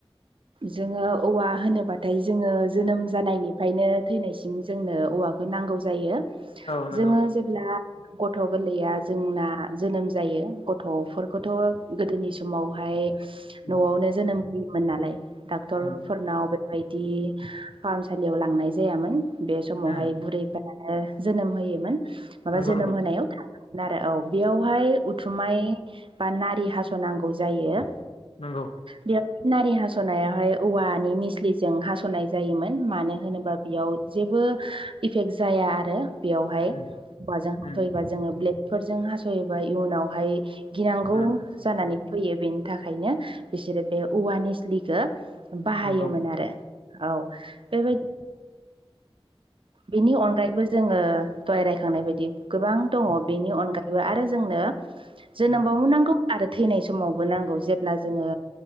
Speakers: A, on the right; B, on the left.
A: जोङो औवा होनोब्लाथाय जोङो जोनोम जानायनिफ्रायनो थैनायसिम जोंनो औवा नांगौ जायो
B: औ नंगौ
A: जोंङो अब्ला गथ' गोरलैया जोंना जोनोम जायो गथ'फोरखौथ' गोदोनि समावहाय
B: उम
A: न'आवनो जोनोम होयोमोन नालाय डक्टर
B: उम
A: फोरनाव बेबायदि फाहामसालियाव लांनाय जायामोन बे समावहाय
B: उम
A: बुरैफोरा जोनोम होयोमोन माबा
B: नंगौ
A: जोनोम
B: नंगौ
A: होनायाव आरो औ बेयावहाय उथुमाय बा नारि हास'नांगौ जायो
B: नंगौ
A: बेयाव नारि हास'नायावहाय औवानि मिस्लिजों हास'नाय जायोमोन मानो होनोबा बेयाव जेबो इफेक्ट जाया आरो बेयावहाय
B: उम
A: हौवाजों हास'योबा
B: उम
A: जोङो ब्लेकफोरजों हास'योबा इयुनावहाय गिनांगौ
B: उम
A: जानानै फैयो बेनि थाखायनो बिसोरो बे औवा निस्लिखौ बाहायोमोन
B: नंगौ नंगौ
A: आरो औ बेबायदि बिनि अनगायैबो जोङो दहाय रायखांनाय बायदि गोबां दङ
B: उम
A: बेनि अनगायैबो आरो जोंनो जोनोमबाव
B: उम
A: मोननांगौ आरो थैनाय समावबो नांगौ जेब्ला जोङो